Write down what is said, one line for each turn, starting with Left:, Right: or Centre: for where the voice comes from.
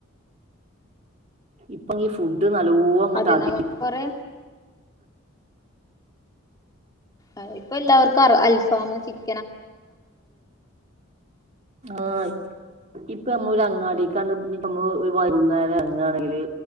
Right: ഇപ്പൊ ഈ ഫുഡ് ഇത് നല്ലോണം ങ്ങ്ട്ട്
Left: അതെ
Right: അധികരിച്ചിട്ട്
Left: നമുക്ക് കൊറെ അതെ ഇപ്പൊ എല്ലാവർക്കും അൽഫാമും ചിക്
Right: ആ ഇപ്പൊ നമ്മള് ഒരു അങ്ങാടിക്കണ്ട്ഇനി പ്പമ്മള് വൈകുന്നേരം എറങ്ങാണെങ്കില്